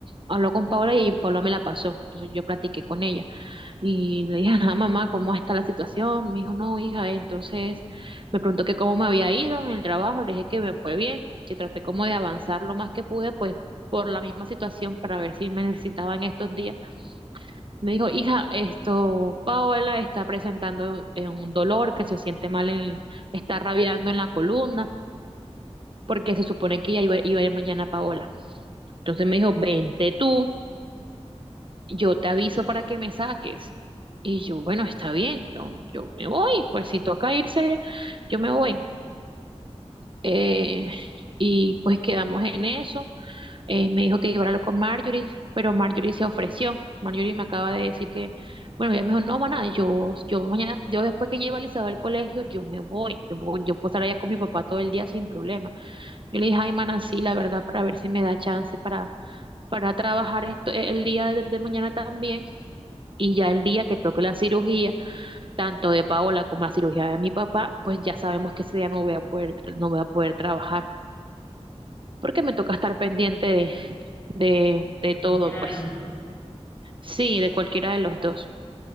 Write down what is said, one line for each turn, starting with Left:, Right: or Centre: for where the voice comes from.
Right: Habló con Paola y Paola me la pasó. Entonces yo platiqué con ella y le dije, ah, mamá, ¿cómo está la situación? Me dijo, no, hija. Entonces me preguntó que cómo me había ido en el trabajo. Le dije que me fue bien, que traté como de avanzar lo más que pude, pues por la misma situación para ver si me necesitaban estos días me dijo, hija, esto, Paola está presentando eh, un dolor que se siente mal, en, está rabiando en la columna, porque se supone que ya iba, iba a ir mañana Paola. Entonces me dijo, vente tú, yo te aviso para que me saques. Y yo, bueno, está bien, yo, yo me voy, pues si toca irse, yo me voy. Eh, y pues quedamos en eso. Eh, me dijo que iba a hablarlo con Marjorie, pero Marjorie se ofreció. Marjorie me acaba de decir que, bueno, ella me dijo, no, maná, yo, yo mañana, yo después que lleve a Elizabeth al colegio, yo me voy, yo, me voy, yo puedo estar allá con mi papá todo el día sin problema. Yo le dije, ay, maná, sí, la verdad, para ver si me da chance para, para trabajar esto, eh, el día de, de mañana también. Y ya el día que toque la cirugía, tanto de Paola como la cirugía de mi papá, pues ya sabemos que ese día no voy a poder, no voy a poder trabajar, porque me toca estar pendiente de, de, de
Left: de
Right: todo,
Left: cualquiera
Right: pues.
Left: de los dos.
Right: Sí, de cualquiera de los dos.